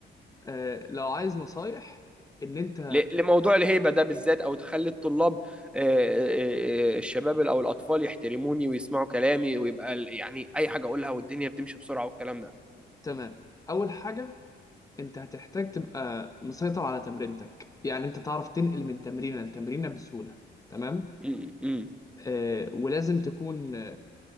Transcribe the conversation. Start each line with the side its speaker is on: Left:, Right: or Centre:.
Left: آه، لو عايز نصايح ان انت
Centre: ل- لموضوع الهيبة ده بالذات أو تخلي الطلاب آه، آه، آه، الشباب أو الأطفال يحترموني ويسمعوا كلامي ويبقى ال- يعني أي حاجة أقولها والدنيا بتمشي بسرعة والكلام ده
Left: تمام اول حاجة انت هتحتاج تبقى مسيطر على تمرينتك يعني انت تعرف تنقل من تمرينة لتمرينة بسهولة تمام
Centre: م- م.
Left: آه، ولازم تكون